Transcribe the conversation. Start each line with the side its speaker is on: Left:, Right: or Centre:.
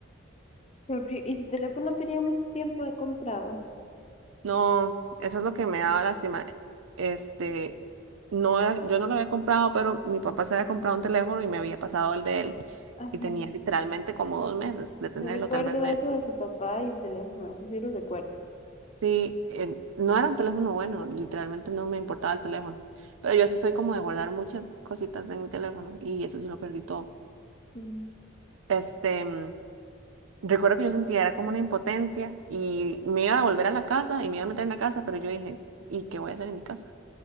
Left: Porque- Y su teléfono tenía mucho tiempo de comprado.
Right: No, eso es lo que me daba lástima. Este, no era- yo no lo había comprado, pero mi papá se había comprado un teléfono y me había pasado el de él
Left: Ajá.
Right: y tenía literalmente como dos meses de tenerlo,
Left: Yo recuerdo
Right: tal vez menos.
Left: eso de su papá y el teléfono, eso sí lo recuerdo.
Right: Sí, em, no era un teléfono bueno, literalmente no me importaba el teléfono, pero yo sí soy como de guardar muchas cositas en mi teléfono y eso sí lo perdí todo.
Left: Sí,
Right: Este, mm, recuerdo que yo sentía era como una impotencia y me iba a volver a la casa y me iba a meter en la casa, pero yo dije, ¿y qué voy a hacer en mi casa?